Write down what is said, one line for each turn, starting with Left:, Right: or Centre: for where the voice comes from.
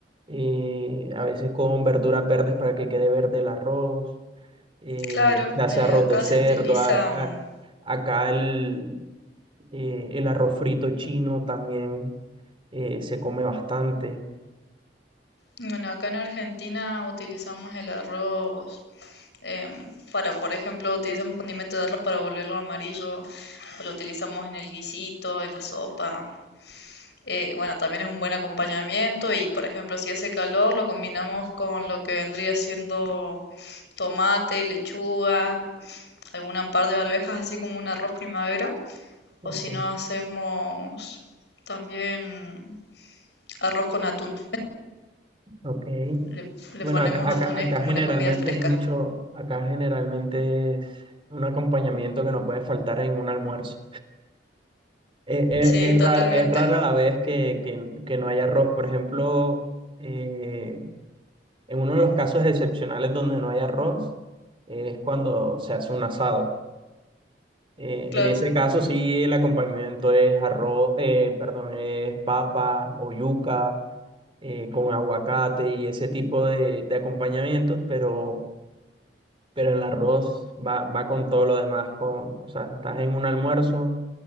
Right: eh, a veces con verduras verdes para que quede verde el arroz, eh,
Left: Claro,
Right: se hace
Left: eh,
Right: arroz
Left: acá
Right: de cerdo,
Left: se utiliza,
Right: a- a-
Left: mm,
Right: acá el, eh, el arroz frito chino también eh, se come bastante.
Left: bueno, acá en Argentina utilizamos el arroz Em, para, por ejemplo, utilizamos condimento de arroz para volverlo amarillo, o lo utilizamos en el guisito, en la sopa. Eh, bueno, también es un buen acompañamiento y, por ejemplo, si hace calor, lo combinamos con lo que vendría siendo tomate, lechuga, algún par de arvejas, así como un arroz primavera.
Right: Ok,
Left: O si no, hacemos también arroz con atún.
Right: ok.
Left: Le, le
Right: Bueno,
Left: ponemos
Right: acá, acá,
Left: atún,
Right: acá
Left: es como
Right: generalmente
Left: una comida fresca.
Right: es mucho, acá generalmente es un acompañamiento que no puede faltar en un almuerzo. Eh, eh,
Left: Sí,
Right: Es,
Left: totalmente.
Right: rara, es rara la vez que, que- que no hay arroz. Por ejemplo, eh, en uno de los casos excepcionales donde no hay arroz eh, es cuando se hace un asado. Eh,
Left: Claro.
Right: en ese caso sí el acompañamiento es arroz, eh, perdón, es papa o yuca eh, con aguacate y ese tipo de, de acompañamientos, pero, pero el arroz va, va con todo lo demás. Con, o sea, estás en un almuerzo